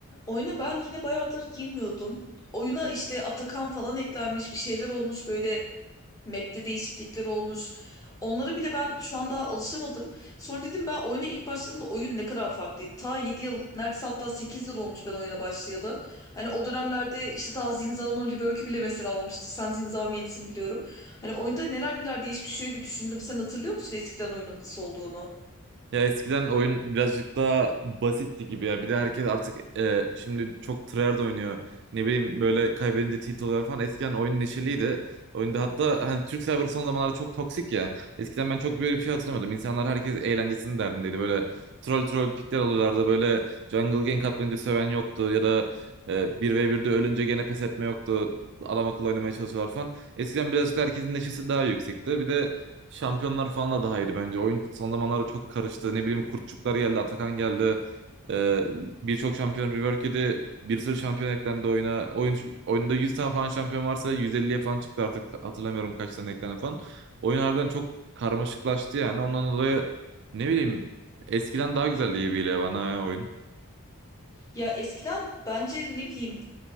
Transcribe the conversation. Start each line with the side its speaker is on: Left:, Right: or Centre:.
Left: Oyuna ben yine bayağıdır girmiyordum. Oyuna işte Atakan falan eklenmiş bir şeyler olmuş böyle map'te değişiklikler olmuş. Onlara bile ben şu an daha alışamadım. Sonra dedim ben oyuna ilk başladığımda oyun ne kadar farklıydı. Ta 7 yıl neredeyse hatta Sekiz yıl olmuş ben oyuna başlayalı. Hani o dönemlerde işte ta Zinza'nın rework'ü bile mesela olmamıştı. Sen Zinza main'sin biliyorum. Hani oyunda neler neler değişmiş şöyle bir düşündüm. Sen hatırlıyor musun eskiden oyunun nasıl olduğunu?
Right: Ya eskiden oyun birazcık daha basitti gibi ya. Bir de herkes artık e, şimdi çok tryhard oynuyor. Ne bileyim böyle kaybedince tilt oluyor falan. Eskiden oyun neşeliydi. Oyunda hatta hani Türk server son zamanlarda çok toksik ya. Eskiden ben çok böyle bir şey hatırlamıyordum. İnsanlar herkes eğlencesinin derdindeydi. Böyle troll troll pikler alıyorlardı. Böyle jungle gank atmayınca söven yoktu. Ya da e, 1v1'de ölünce gene pes etme yoktu. Adam akıllı oynamaya çalışıyorlar falan. Eskiden birazcık da herkesin neşesi daha yüksekti. Bir de Şampiyonlar falan da daha iyiydi bence. Oyun son zamanlarda çok karıştı. Ne bileyim Kurtçuklar geldi, Atakan geldi. Ee, birçok şampiyon rework yedi. Bir sürü şampiyon eklendi oyuna. Oyun, oyunda 100 tane falan şampiyon varsa 150'ye falan çıktı artık. Hatırlamıyorum kaç tane eklendi falan. Oyun harbiden çok karmaşıklaştı yani. Ondan dolayı ne bileyim eskiden daha güzeldi gibi geliyor bana ya oyun.
Left: Ya eskiden bence ne bileyim